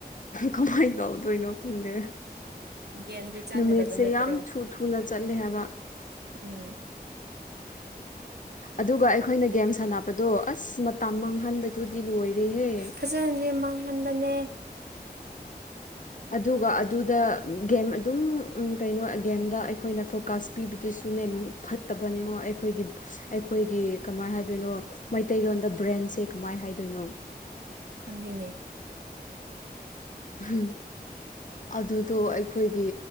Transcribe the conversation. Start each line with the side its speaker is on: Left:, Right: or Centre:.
Left: ꯀꯃꯥꯏꯅ ꯇꯧꯗꯣꯏꯅꯣ ꯈꯪꯗꯦ
Right: ꯒꯦꯝꯗꯤ ꯆꯪꯒꯗꯕ
Left: ꯅꯨꯃꯤꯠꯁꯦ
Right: ꯅꯠꯇ꯭ꯔꯣ
Left: ꯌꯥꯝ ꯊꯨ ꯊꯨꯅ ꯆꯠꯂꯦ ꯍꯥꯏꯕ
Right: ꯎꯝ
Left: ꯑꯗꯨꯒ ꯑꯩꯈꯣꯏꯅ ꯒꯦꯝ ꯁꯥꯟꯅꯕꯗꯣ ꯑꯁ ꯃꯇꯝ ꯃꯥꯡꯍꯟꯕꯗꯨꯗꯤ ꯂꯣꯏꯔꯦꯍꯦ
Right: ꯐꯖꯅꯗꯤ ꯃꯥꯡꯍꯟꯕꯅꯦ
Left: ꯑꯗꯨꯒ ꯑꯗꯨꯗ ꯒꯦꯝ ꯑꯗꯨꯝ ꯀꯩꯅꯣ ꯒꯦꯝꯗ ꯑꯩꯈꯣꯏꯅ ꯐꯣꯀꯥꯁ ꯄꯤꯕꯗꯨꯁꯨꯅꯦ ꯐꯠꯇꯕꯅꯤꯉꯣ ꯑꯩꯈꯣꯏꯒꯤ ꯑꯩꯈꯣꯏꯒꯤ ꯀꯃꯥꯏ ꯍꯥꯏꯗꯣꯏꯅꯣ ꯃꯩꯇꯩꯂꯣꯟꯗ ꯕ꯭ꯔꯦꯟꯁꯦ ꯀꯃꯥꯏ ꯍꯥꯏꯗꯣꯏꯅꯣ
Right: ꯈꯪꯗꯦꯅꯦ
Left: ꯎꯝ ꯑꯗꯨꯗꯣ ꯑꯩꯈꯣꯏꯒꯤ